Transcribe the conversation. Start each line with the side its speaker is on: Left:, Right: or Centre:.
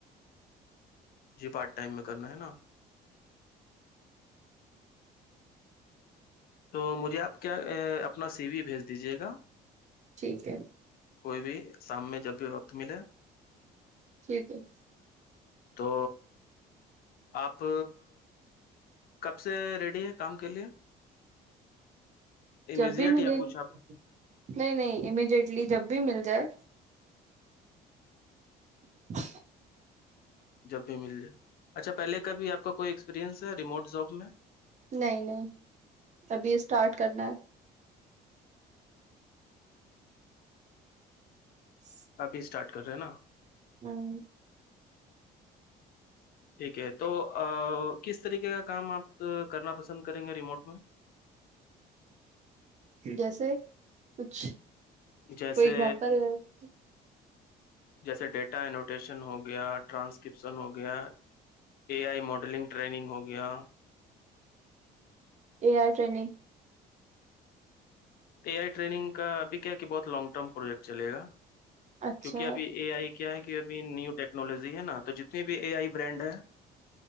Left: جی پارٹ ٹائم میں کرنا ہے نا <unintelligible> تو مجھے آپ کیا اپنا سی وی بھیج دیجیے گا
Right: ٹھیک ہے
Left: کوئی بھی شام میں جب بھی وقت ملے
Right: ٹھیک ہے
Left: تو آپ کب سے ریڈی ہیں کام کے لیے
Right: چبی
Left: امیزیٹ
Right: ملے
Left: یا کچھ
Right: گی <unintelligible>
Left: آپ
Right: نہیں نہیں امیڈیٹلی جب بھی مل جائے <unintelligible>
Left: جب بھی مل جائے اچھا پہلے کا بھی آپ کا کوئی ایکسپیریئنس ہے ریموٹ زاب میں
Right: نہیں نہیں ابھی اسٹارٹ کرنا ہے <unintelligible>
Left: ابھی اسٹارٹ کر رہے ہیں نا
Right: ہاں
Left: ٹھیک ہے تو کس طریقے کا کام آپ کرنا پسند کریں گے ریموٹ میں
Right: جیسے کچھ
Left: جیسے
Right: کوئی اگزامپل <unintelligible>
Left: جیسے ڈیٹا انوٹیشن ہو گیا ٹرانسکپشن ہو گیا اے آئی ماڈلنگ ٹریننگ ہو گیا
Right: E R training
Left: A I training کا ابھی کیا کہ بہت لانگ ٹرم پروجیکٹ چلے گا
Right: اچھا
Left: کیونکہ ابھی اے آئی کیا ہے کہ ابھی نیو ٹیکنالوجی ہے نا تو جتنی بھی اے آئی برانڈ ہے